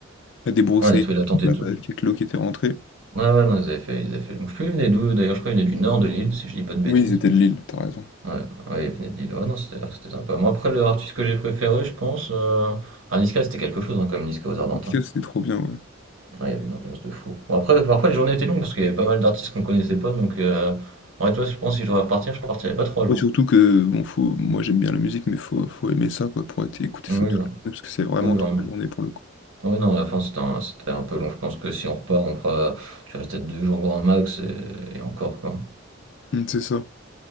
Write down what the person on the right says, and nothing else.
Ouais, on a trouvé l'attente
et
tout.
Ouais, ouais, non, ils avaient fait, ils avaient fait le bon. Je sais plus, ils venaient d'où, d'ailleurs, je crois, ils venaient du nord de l'île, si je dis pas de bêtises.
Ouais, ouais, il venait de Lille. Ouais, non, c'était c'était sympa. Moi, après, le artiste que j'ai préféré, je pense, euh... ah, Niska, c'était quelque chose, hein, comme Niska aux Ardentins.
Ouais, il y avait une ambiance de fou. Bon, après, parfois, les journées étaient longues parce qu'il y avait pas mal d'artistes qu'on connaissait pas. Donc, euh... en vrai, toi, je pense que si je devais repartir, je partirais pas trois jours.
Oui,
hein.
oui, vraiment.
Oui, non, à la fin, c'était un, c'était un peu long. Je pense que si on repart, on fera, tu restes peut-être deux jours grand max et, et encore, quoi.